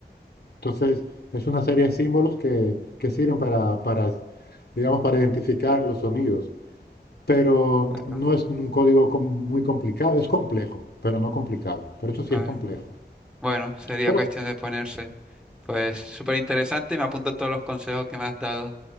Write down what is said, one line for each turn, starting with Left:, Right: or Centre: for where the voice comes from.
Left: Entonces, es una serie de símbolos que, que sirven para, para, digamos, para identificar los sonidos. Pero
Centre: Claro.
Left: no es un código com- muy complicado. Es complejo, pero no complicado. Pero eso
Centre: Vale.
Left: sí es complejo.
Centre: Bueno, sería
Left: Pero
Centre: cuestión de ponerse. Pues súper interesante y me apunto todos los consejos que me has dado.